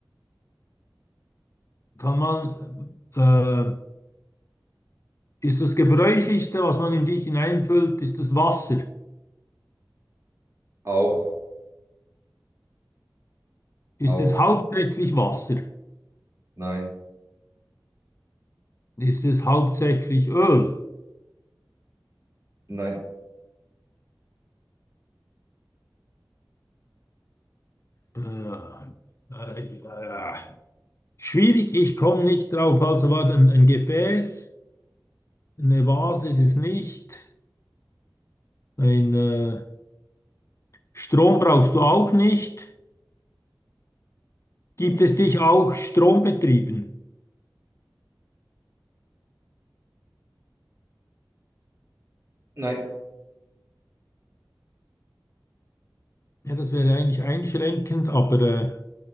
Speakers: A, on the left; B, on the right.
A: Kann man, äh, ist das Gebräuchlichste, was man in dich hineinfüllt, ist das Wasser?
B: Auch. Auch.
A: Ist es hauptsächlich Wasser?
B: Nein.
A: Ist es hauptsächlich Öl?
B: Nein.
A: Äh, äh, äh, schwierig, ich komme nicht drauf. Also war ein, ein Gefäß, eine Vase ist es nicht, ein äh, Strom brauchst du auch nicht. Gibt
B: Mm, mm.
A: es dich auch strombetrieben?
B: Nein.
A: Ja, das wäre eigentlich einschränkend, aber äh,